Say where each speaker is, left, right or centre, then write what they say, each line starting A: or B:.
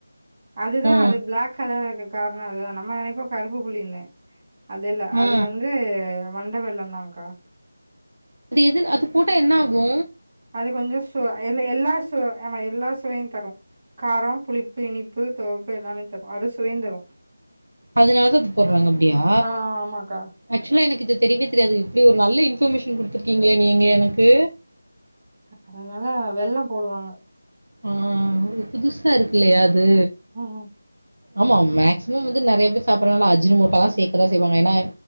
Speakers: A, on the right (about 35°); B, on the right (about 70°).
A: அதுதா
B: ஆ
A: அது பிளாக் கலரா இருக்க காரணோ அதுதா நம்ம நனைப்போ கருப்பு புளின்னு அது இல்ல
B: ஆ
A: அது வந்து வண்ட வெள்ளோ தான்க்கா
B: அது எது அது போட்டா என்ன ஆகு
A: அது கொஞ்சோ சு எல்ல எல்லா சு ஆமா எல்லா சுவையு தரு காரோ புளிப்பு இனிப்பு துவர்ப்பு எல்லாமே தரு அறுசுவையு தரு
B: அதனால தா அது போடறாங்க அப்டியா
A: ஆ ஆமாக்கா
B: ஆக்சுவலா எனக்கு இது தெரியவே தெரியாது இப்படி ஒரு நல்ல இன்ஃபர்மேஷன் குடுத்துருக்கீங்ளே நீங்க எனக்கு
A: அதனால வெள்ளம் போடுவாங்க
B: ம் இது புதுசா இருக்கு இல்லையா அது
A: ம்
B: ஆமா மேக்சிமம் வந்து நறைய பேர் சாப்றதுனால அஜினோமோட்டோ லா சேக்கதா செய்வாங்க ஏனா